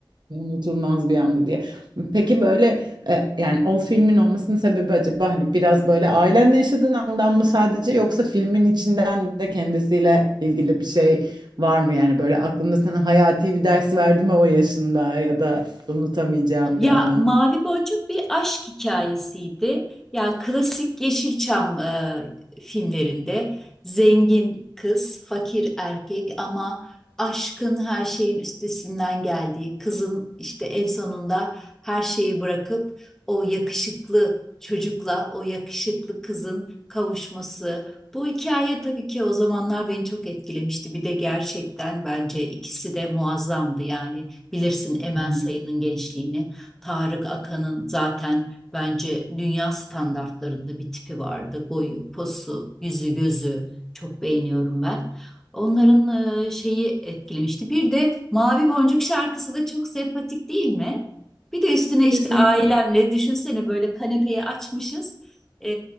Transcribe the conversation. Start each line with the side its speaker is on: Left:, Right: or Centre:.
Right: unutulmaz bir andı diye. Peki böyle e, yani o filmin olmasının sebebi acaba hani biraz böyle ailenle yaşadığın andan mı sadece yoksa filmin içinden de kendisiyle ilgili bir şey var mı? Yani böyle aklında sana hayati bir ders verdi mi o yaşında ya da unutamayacağım
Centre: Ya
Right: bir anı?
Centre: Mavi Boncuk bir aşk hikayesiydi. Ya klasik Yeşilçam e, filmlerinde zengin kız, fakir erkek ama aşkın her şeyin üstesinden geldiği, kızın işte en sonunda her şeyi bırakıp o yakışıklı çocukla o yakışıklı kızın kavuşması. Bu hikaye tabii ki o zamanlar beni çok etkilemişti. Bir de gerçekten bence ikisi de muazzamdı yani bilirsin Emel
Right: Hı hı.
Centre: Sayın'ın gençliğini. Tarık Akan'ın zaten bence dünya standartlarında bir tipi vardı. Boyu, posu, yüzü, gözü çok beğeniyorum ben. Onların e, şeyi etkilemişti. Bir de Mavi Boncuk şarkısı da çok sempatik değil mi? Bir de üstüne
Right: Kesinlikle.
Centre: işte ailemle düşünsene böyle kanepeyi açmışız. E,